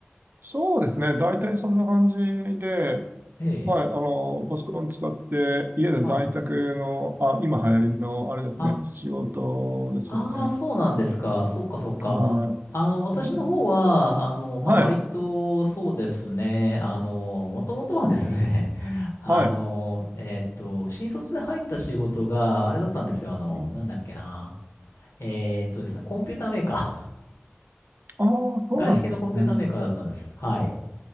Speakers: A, on the right; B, on the left.
A: そうですね。大体そんな感じで、
B: ええ。
A: はい。あの、パソコン使って、家で在宅の、
B: あ、
A: あ、今流行りの、あれですね、
B: あ、
A: 仕事ですよね。
B: ああ、そうなんですか。そっかそっか。
A: はい。
B: あの、私の方は、
A: うん、
B: あの、まあ、
A: はい。
B: 割とそうですね。あの、もともとはですね、<laughs> あの、
A: はい。
B: えーっと、新卒で入った仕事があれだったんですよ。あの、
A: うん
B: なんだっけな。えーっとですね、コンピューターメーカー。
A: ああ、
B: <laughs>
A: そうなんですね。
B: 外資系のコンピューターメーカーだったんです。はい。